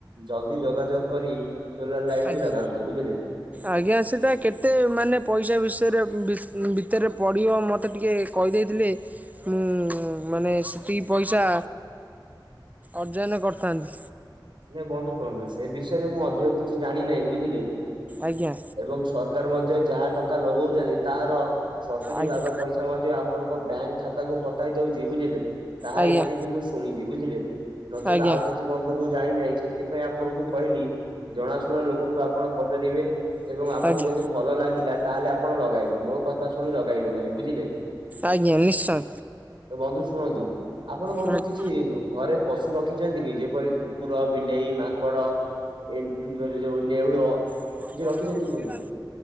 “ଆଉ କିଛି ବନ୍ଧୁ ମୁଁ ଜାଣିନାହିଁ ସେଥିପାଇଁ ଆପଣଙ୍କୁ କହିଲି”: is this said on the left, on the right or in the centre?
Right